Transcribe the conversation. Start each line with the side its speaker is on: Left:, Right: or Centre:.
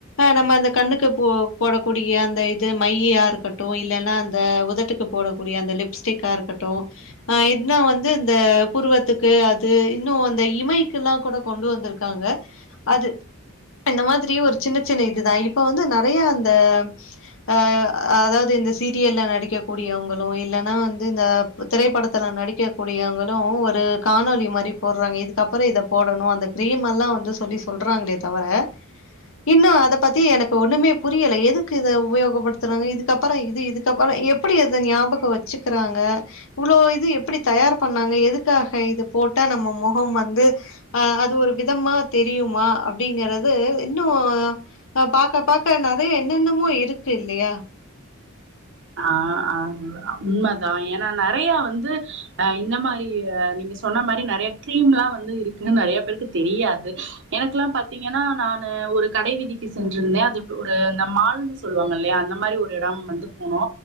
Left: நம்ம அந்த கண்ணுக்கு போ போடக்கூடிய அந்த இது மையா இருக்கட்டு இல்லன்னா அந்த உதட்டுக்கு போடக்கூடிய அந்த லிப்ஸ்டிக் க்கா இருக்கட்டு அ இதுனா வந்து இந்த புருவத்துக்கு அது இன்னு அந்த இமைக் கெல்லா கூட கொண்டு வந்திருக்காங்க அது இந்த மாதிரி ஒரு சின்ன சின்ன இதுதா இப்ப வந்து நெறய அந்த அ அதாது இந்த சீரியல்ல நடிக்க கூடியவங்களு இல்லன்னா வந்து இந்த திரைப்படத்துல நடிக்கக்கூடியவங்களு ஒரு காணொலி மாரி போறாங்க இதுக்கப்புற இதப் போடணு அந்த கிரீம் எல்லா வந்து சொல்லி சொல்றாங்களே தவர இன்னும் அத பத்தி எனக்கு ஒண்ணுமே புரியலை எதுக்கு இத உபயோகப்படுத்துறாங்க இதுக்கப்பற இது இதுக்கப்பற எப்படி அத ஞாபக வச்சுக்கிறாங்க இவ்ளோ இது எப்படி தயார் பண்ணாங்க எதுக்காக இது போட்டா நம்ம முகம் வந்து அ அது ஒரு விதமா தெரியுமா அப்டிங்கறது இன்னு பாக்க பாக்க அதய என்னென்னமோ இருக்கு இல்லையா
Right: ஆ ஆ உண்மதா ஏன்னா நெறய வந்து அ இந்த மாரி நீங்க சொன்ன மாரி நெறய கிரீம்லா வந்து இருக்குனு நெறய பேருக்கு தெரியாது எனக்குல்லா பாத்தீங்கன்னா நானு ஒரு கடை வீதிக்கு சென்றிருந்த அது ஒரு மால்னு சொல்லுவாங்க இல்லையா அந்த மாரி ஒரு இடம் வந்து போனோ